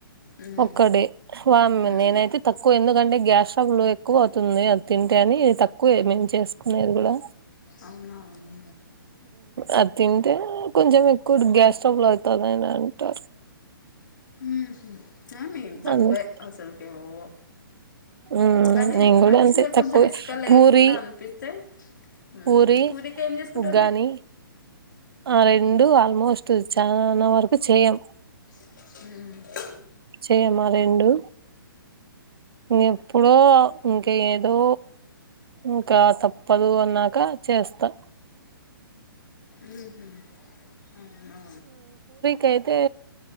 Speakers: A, on the left; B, on the right.
A: హ్మ్
B: ఒక్కడే వామ్
A: హ్మ్
B: నేనైతే తక్కువ ఎందుకంటే గ్యాస్ స్టవ్ లో ఎక్కువ అవు ది అది తింటే అని తక్కువ ఏమేమి చేసుకునేది కూడా
A: అవునా అవును
B: అది తింటే కొంచెం ఎక్కుడు గ్యాస్ స్టబుల్ అవుతదని అంటా
A: ఉహు మేన్ తక్కువే
B: అందుకే
A: అసలుకి ఏంవ్
B: మ్మ్
A: కానీ
B: నేను కూడా
A: మంచిగా
B: అంతే
A: కొంచెం
B: తక్కువే
A: ఇసుక లేకుండా
B: పూరి
A: అనిపిస్తే ఉ
B: పూరి
A: పూరికేం చేసుకుంటారు
B: ఉగ్గాని
A: మీరు
B: ఆ రెండు ఆల్మోస్ట్ చానా వరకు చేయం
A: ఉ
B: చెయమ్మా ఆ రెండు ఇ ఎప్పుడో ఇంక ఏదో ఇంకా తప్పదు అన్నాక చేస్తా
A: ఉహు అవునా
B: కైతే